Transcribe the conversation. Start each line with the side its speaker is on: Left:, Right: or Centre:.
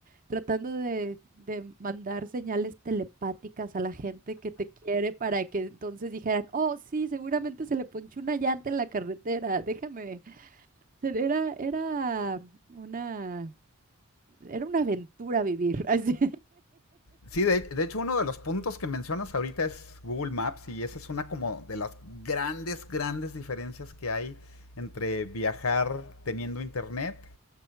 Right: tratando de, de mandar señales telepáticas a la gente que te quiere para que entonces dijeran, oh, sí, seguramente se le ponchó una llanta en la carretera, déjame. Era, era una, era una aventura vivir. <laughs> Así.
Left: Sí, de, de hecho uno de los puntos que mencionas ahorita es Google Maps y esa es una como de las grandes, grandes diferencias que hay entre viajar teniendo internet